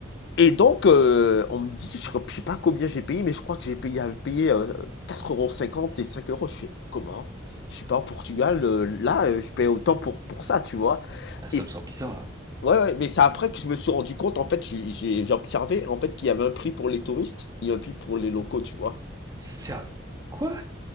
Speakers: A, on the left (about 65°); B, on the right (about 20°).
A: Et donc, heu, on me dit, je crois sais pas combien j'ai payé, mais je crois que j'ai payé j'avais payé, euh, quatre euros cinquante et cinq euros Je fais: «Comment? Je suis pas au Portugal, heu, là, heu, je paye autant pour pour ça», tu vois?
B: Ah, ça
A: Et c
B: me semble bizarre, là.
A: ouais, ouais, mais c'est après que je me suis rendu compte, en fait, j'ai j'ai j'ai observé, en fait, qu'il y avait un prix pour les touristes et un prix pour les locaux, tu vois?
B: Sérieux? Quoi?